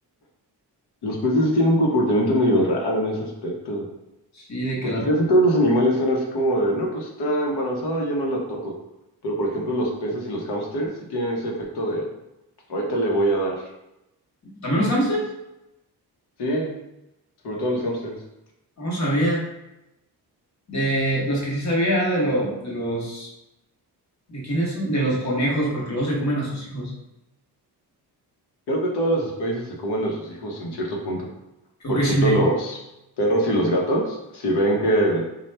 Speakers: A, on the left; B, on the left.
A: Los peces sí tienen un comportamiento medio raro en ese aspecto,
B: Sí, de que
A: porque
B: las...
A: casi todos los animales son así como de, no, pues está embarazada, ya no la toco. Pero por ejemplo, los peces y los hámsters sí tienen ese efecto de, ahorita le voy a dar.
B: ¿También los hámsters?
A: Sí, sobre todo los hámsters.
B: No sabía. De los que sí sabía de, lo, de los... ¿De quiénes son? De los conejos, porque luego se comen a sus hijos.
A: Creo que todas las especies se comen a sus hijos en cierto punto.
B: Creo
A: Por
B: que
A: ejemplo,
B: sí. Sí.
A: los perros y los gatos, si ven que